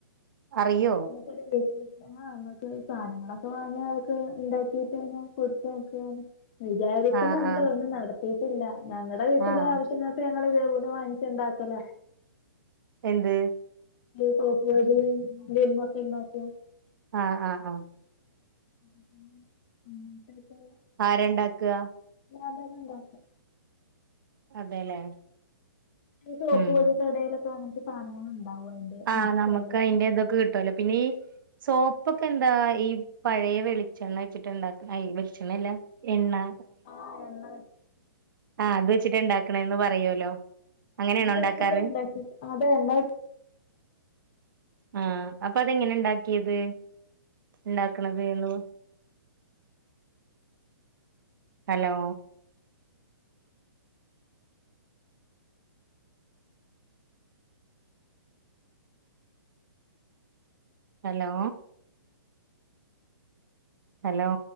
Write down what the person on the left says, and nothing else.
<unintelligible> ആഹ് നമ്മുക്ക് സാധനങ്ങളൊക്കെ വാങ്ങി അതൊക്കെ ഉണ്ടാക്കിട്ടിങ്ങനെ കൊടുത്ത് നോക്കാ വിചാരിക്കുന്നുണ്ട്
ഒന്നും നടത്തിട്ടില്ല ഞങ്ങളുടെ വീട്ടിലെ
ആവശ്യങ്ങ ഞങ്ങളിതേപോലെ വാങ്ങിച്ചുണ്ടാക്കലാ
സോപ്പ് പൊടി <unintelligible>
<unintelligible>
ഞാൻതന്നേണ്ടക്ക
ഈ സ്ലോപ്
പോല കടയിലൊക്കെ അങ്ങനത്തെ സാധനങ്ങൾ ഉണ്ടാവും
മിക്സ്ചറ്
ആഹ് എണ്ണ
വെട്ട <unintelligible> <unintelligible>